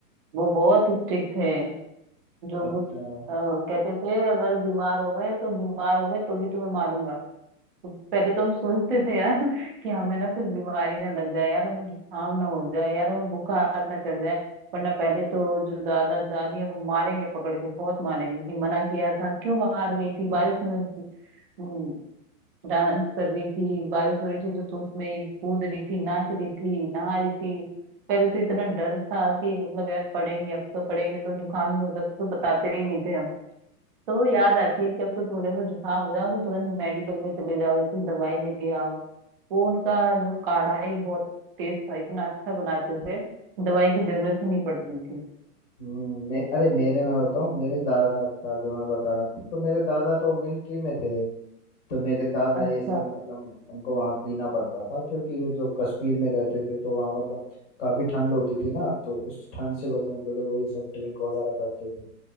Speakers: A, on the right; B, on the left.
A: वो बहुत स्ट्रिक्ट थे जो
B: अच्छा
A: वो, अ, कहते थे अगर बीमार हो गए तो बीमार हो गए तो भी तुम्हें मारूंगा तो पहले तो हम सोचते थे यार <laughs> कि हमें ना कुछ बीमारी ना लग जाए यार हमें जुकाम ना हो जाए यार हमें बुखार ना चढ़ जाए वरना पहले तो जो दादा दादी है वो मारेंगे पकड़ के बहुत मारेंगे कि मना किया था क्यों बाहर गई थी बारिश में हम्म डांस कर रही थी बारिश हो रही थी तो, तो उसमें कूद रही थी नाच रही थी नहा रही थी पहले तो इतना डर था कि मतलब यार पढ़ेंगे अब तो पढ़ेंगे तो जुकाम ही होता था तो बताते ही नहीं थे हम तो वो याद आती है कि अब तो थोड़े सा जुकाम हो जाओ तो तुरंत मेडिकल पे चले जाओ या कुछ दवाई लेके आओ वो उनका जो काढ़ा है वो बहुत टेस्ट था इतना अच्छा बनाते थे दवाई की जरूरत ही नहीं पड़ती थी
B: हम्म, मे, अरे मेरे मैं बताऊं मेरे दादा का जो मैं बता रहा था तो मेरे दादा तो मिलिट्री में थे तो मेरे दादा
A: अच्छा
B: ये सब मतलब उनको वहाँ पीना पड़ता था क्योंकि वो जो कश्मीर में रहते थे तो वहाँ मतलब काफी ठंड होती थी ना तो उस ठंड से बचने के लिए वो ये सब ड्रिंक वगैरह करते थे